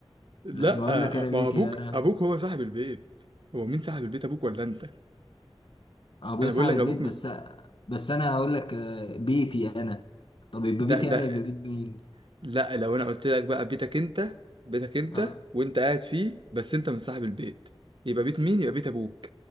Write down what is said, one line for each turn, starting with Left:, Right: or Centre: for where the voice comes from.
Right: لا
Left: لا بقول لك انا بيتي
Right: ما هو ابوك
Left: انا
Right: ابوك هو صاحب البيت هو مين صاحب البيت ابوك ولا انت
Left: ابويا
Right: انا
Left: صاحب
Right: بقول لك ابوك
Left: البيت بس
Right: مش
Left: بس انا هقول لك آه، بيتي انا طب يبقى
Right: ده
Left: بيتي
Right: ده
Left: انا يبقى بيت مين
Right: لا لو انا قلت لك بقى بيتك انت بيتك انت
Left: آه.
Right: وانت قاعد فيه بس انت من صاحب البيت يبقى بيت مين يبقى بيت ابوك